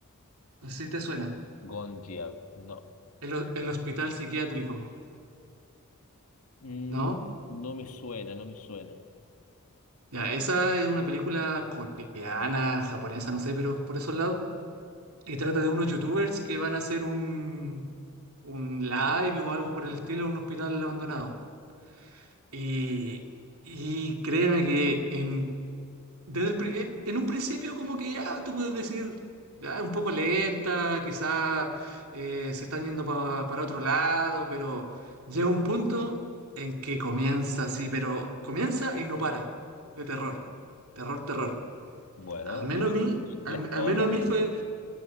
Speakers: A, on the right; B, on the left.
A: no sé si te suena,
B: Gonjiar, no.
A: el, ho- el hospital psiquiátrico,
B: Mm,
A: ¿no?
B: no me suena, no me suena.
A: Ya, esa es una película coreana, japonesa, no sé, pero por esos lados. Y trata de unos youtubers que van a hacer un, un live o algo por el estilo en un hospital abandonado. Y, y créeme que en, desde el pri- eh, en un principio como que ya tú puedes decir, "Ah, es un poco lenta, quizás eh, se están yendo pa- para otro lado, pero llega un punto en que comienza así, pero comienza y no para, de terror, terror, terror.
B: Bueno,
A: Al menos a mí,
B: las
A: al
B: coreanas,
A: al menos a mí fue,